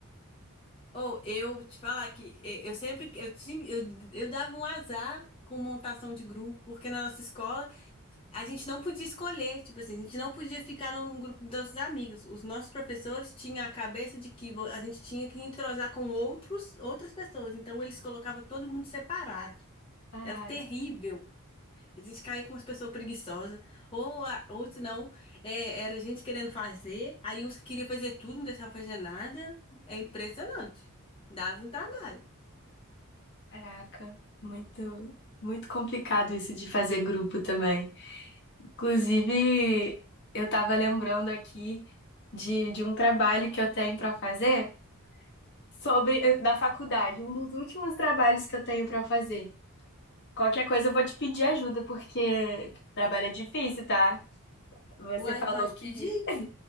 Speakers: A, on the left; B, on the left.
A: Ou eu te falar que e- eu sempre eu, tinha- eu, eu dava um azar com montação de grupo, porque na nossa escola a gente não podia escolher, tipo assim, a gente não podia ficar num grupo dos amigos. Os nossos professores tinham a cabeça de que vo- a gente tinha que entrosar com outros, outras pessoas, então eles colocavam todo mundo separado.
B: Parada,
A: Era terrível. A gente caía com umas pessoas preguiçosas, ou, a- ou se não, é, era gente querendo fazer, aí uns que queriam fazer tudo, não deixavam fazer nada. É impressionante. Dava um trabalho.
B: Caraca, muito, muito complicado isso de fazer grupo também. Inclusive, eu tava lembrando aqui de, de um trabalho que eu tenho para fazer sobre eh, da faculdade, um dos últimos trabalhos que eu tenho para fazer. Qualquer coisa eu vou te pedir ajuda, porque o trabalho é difícil, tá? Você
A: Uai,
B: falou
A: pode
B: que
A: pedir.
B: <laughs>